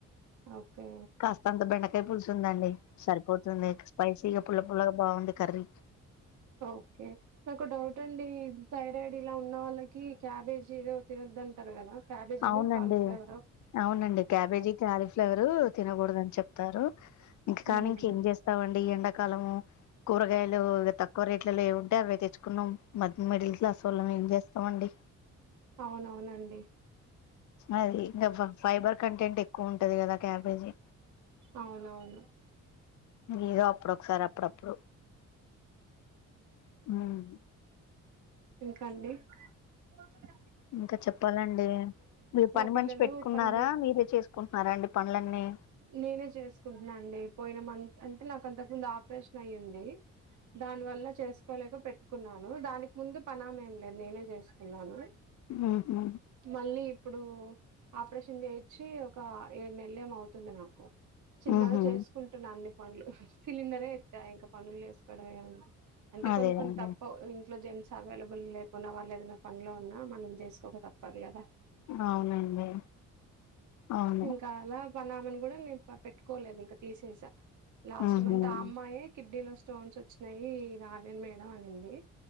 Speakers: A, on the right; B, on the left.
A: ఓకే
B: కాస్త అంత బెండకాయ పులుసు ఉందండి సరిపోతుంది స్పైసీగా పుల్ల పుల్లగా బాగుంది కర్రీ
A: ఓకే నాకు డౌట్ అండి థైరాయిడ్ ఇలా ఉన్న వాళ్ళకి క్యాబేజీ ఏదో తినదుంటారు కదా క్యాబేజీ
B: అవునండి
A: కాల్ ఫ్లేవరో
B: అవునండి క్యాబేజీ కాలీఫ్లవరు తినకూడదు అని చెప్తారు ఇంక కానీ
A: ఉమ్,
B: ఇంకేం చేస్తరు వస్తావండి ఎండాకాలము కూరగాయలు తక్కువ రేట్లలో ఏ ఉంటే అవి తెచ్చుకున్నాం మధ్య మిడిల్ క్లాస్ వాళ్ల మేం చేస్తామండి
A: అవునవునండి
B: అది ఇంకా ఫైబర్ కంటెంట్ ఎక్కువ ఉంటది కదా క్యాబేజీ
A: అవునవును
B: ఏదో అప్పుడు ఒకసారి అప్పుడప్పుడు హ్మ్.
A: ఇంకా అండి మూడు వందలు కదనే
B: ఇంకా చెప్పాలండి మీరు పని
A: పిల్లలు
B: మనిషి పెట్టుకున్నారా
A: పన్నీర్
B: మీరే చే ఒక్క రెండు పనులన్నీ
A: నీనే చేసుకుంటున్నా అండి పోయిన మంత్ అంటే నాకు అంతకు ముందు ఆపరేషన్ అయ్యింది దాని వల్ల చేసుకోలేక పెట్టుకున్నాను దానికి ముందు పనామే ఏం లేదు నీనే చేసుకున్నాను
B: ఉహు
A: మళ్ళీ ఇప్పుడు ఆపరేషన్ చేయిచ్చి ఒక ఏడు నెలలు ఏమో అవుతుంది నాకు చిన్నగా
B: ఉహు
A: చేసుకుంటున్నా అన్ని పనులు సిలిండరే ఎస్తా ఇంక పనులు చేసుకోవడమే ఉంది అంటే
B: అదేనండి
A: కొన్ని కొన్ని తప్పవ్ ఇంట్లో జన్స అవైలబుల్ లేకున్నా వాళ్ళు ఏదైనా పనిలో ఉన్నా మనం చేసుకోక తప్పిదు కదా
B: అవునండి అవును
A: ఇంకా అలా పనామెను కూడా నేను పెట్టుకోలేదు ఇంకా తీసేసా లాస్ట్
B: ఉహు
A: మంత్ ఆ అమ్మాయి కిడ్నీలో స్టోన్స్ వచ్చినాయి రాలేను మేడం అనింది